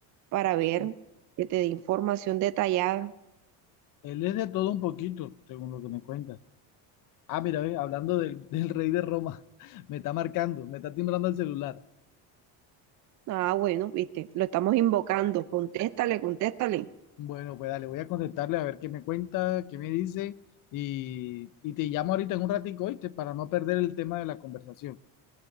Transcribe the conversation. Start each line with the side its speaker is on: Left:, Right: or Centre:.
Right: para ver
Left: sí.
Right: que te dé información detallada.
Left: Él es de todo un poquito, según lo que me cuentas. Ah, mira, ve, hablando del, del rey de Roma, <laughs> me está marcando, me está timbrando el celular.
Right: Ah, bueno, viste, lo estamos invocando. Contéstale, contéstale.
Left: Bueno, pues dale, voy a contestarle a ver qué me cuenta, qué me dice y, y te llamo ahorita en un ratico, ¿oíste? Para no perder el tema de la conversación.